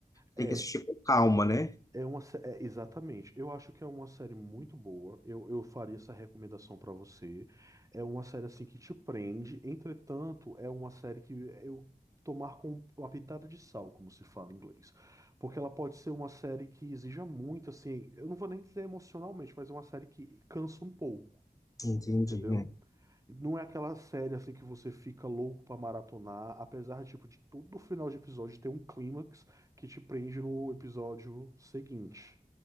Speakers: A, on the right (about 20°); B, on the left (about 20°).
A: É,
B: Tem que assistir com calma, né?
A: É uma, sé- é, exatamente. Eu acho que é uma série muito boa. Eu, eu faria essa recomendação pra você. É uma série assim que te prende. Entretanto, é uma série que eu tomar com uma pitada de sal, como se fala em inglês, porque ela pode ser uma série que exija muito, assim. Eu não vou nem dizer emocionalmente, mas é uma série que cansa um pouco.
B: Entendi.
A: Entendeu?
B: é.
A: Não é aquela série assim que você fica louco pra maratonar, apesar tipo de todo final de episódio ter um clímax que te prende no episódio seguinte.